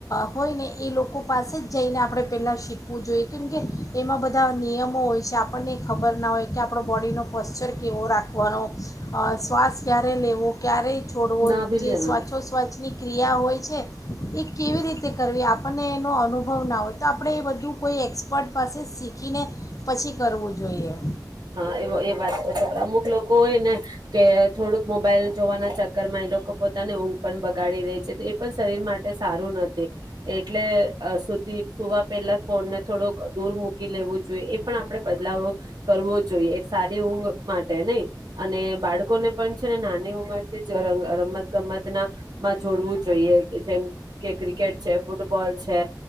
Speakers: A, on the left; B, on the right.
A: હોય ને એ લોકો પાસે જ જઈને આપણે પહેલાં શીખવું જોઈએ કેમકે એમાં બધા નિયમો હોય છે આપણને ખબર ના હોય. કે આપણો બોડીનો પોશ્ચર કેવો રાખવાનો અ શ્વાસ્ ક્યારે લેવું ક્યારે છોડવો
B: ના બી લેવાનું.
A: જે સ્વાછોસ્વછની ક્રિયા હોય છે. એ કેવી રીતે કરવી આપણને એનો અનુભવ ના હોય તો આપણે એ બધું કોઈ એક્સપર્ટ પાસે શીખીને પછી કરવું જોઈએ
B: હા એ એ વાતમુ લોકો હોય ને તે થોડુંક મોબાઈલ જોવાના ચક્કરમાં એ લોકો પોતાને ઊંઘ પણ બગાડી રેય છે તો એ પણ શરીર માટે સારું નથી એટલે અ સુધી સુવા પહેલા ફોનને થોડોક દૂર મૂક કી લેવું જોઈએ એ પણ આપડે બદલાવ કરવો જોઈએ એ સારી ઊંઘ માટે નઈ. અને બાળકોને પણ છે ને નાની ઉંમર <unintelligible> રમત ગમત ના માં જોડવું જોઈએ જેમ કે ક્રિકેટ છે ફૂટબોલ છે